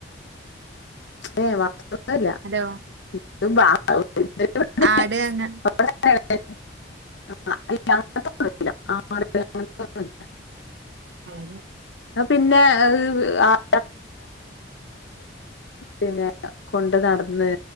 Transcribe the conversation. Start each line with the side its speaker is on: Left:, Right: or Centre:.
Left: <inaudible>
Right: അതോ ആട് അങ്ങ
Left: <inaudible>
Right: ആന്നോ
Left: ആ പിന്നെ ആ <inaudible> പിന്നെ കൊണ്ട് നടന്ന്